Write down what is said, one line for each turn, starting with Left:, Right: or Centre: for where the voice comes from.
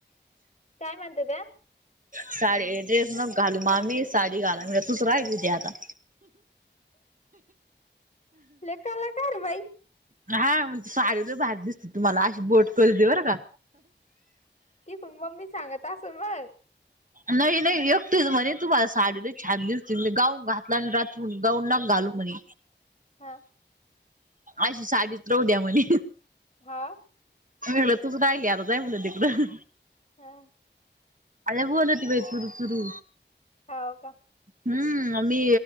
Left: काय म्हणतात?
Right: साडी ड्रेस नको घालु मामी साडी घाल आणि तूच राहिलीती आता
Left: लई कलाकार आहे बाई.
Right: हां म्हणजे साडी लई भारी दिसते तुम्हाला अशी बोट करते बरं का.
Left: तिथून मम्मी सांगत असेल मग.
Right: नाही नाही एकटीच म्हणे तुम्हाला साडीला लई छान दिसते मी गाऊन घातला आणि रात्र होऊन गाऊन नको घालू म्हणे.
Left: हां.
Right: अशी साडीच राहुदया म्हणे.
Left: हां.
Right: मी म्हटलं तूच राहिली आता जाय म्हणलं तिकडं.
Left: हां.
Right: लई बोलती बाई चुरुचुरू.
Left: हाव का!
Right: हम्म मी